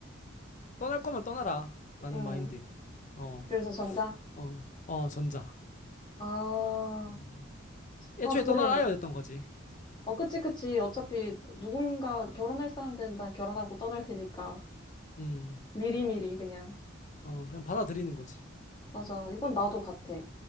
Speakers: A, on the left (about 40°); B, on the left (about 25°).
A: 떠날 거면 떠나라라는
B: 음.
A: 마인드. 어,
B: 그래서 전자?
A: 어, 어, 전자.
B: 아,
A: 음. 애초에
B: 아, 그래.
A: 떠나라 였던 거지.
B: 어, 그치, 그치. 어차피 누군가 결혼할 사람들은 다 결혼하고 떠날 테니까.
A: 음,
B: 미리미리 그냥.
A: 어, 그냥 받아들이는 거지.
B: 맞아. 이건 나도 같아.